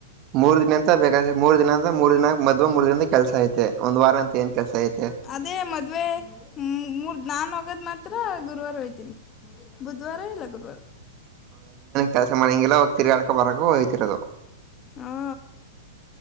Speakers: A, on the right (about 40°); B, on the left (about 30°).
A: ಮೂರು ದಿನಂ ಬೇಕಾದೆ ಮೂರ್ ದಿನ ಅಂದ್ರೆ ಮೂರ್ ದಿನ ಮದುವೆ ಮೂರ್ ದಿನದ ಕೆಲ್ಸ ಐತೆ ಒಂದು ವಾರ ಅಂತ ಏನ್ ಕೆಲಸ ಐತೆ
B: ಅದೇ ಮದುವೆ ಮೂರ್ ನಾನ್ ಹಾಗಾದ ಮಾತ್ರ ಗುರುವಾರ ಹೋಯ್ತೀನಿ ಬುಧವಾರ ಇಲ್ಲ ಗುರುವಾರ
A: ಕೆಲಸ ಮಾಡಣಂಗಿಲ್ಲ ಹೋಗಿ ತಿಗಾಕ ಬರಕ ಹಯ್ತಿರೋದು
B: ಹಾ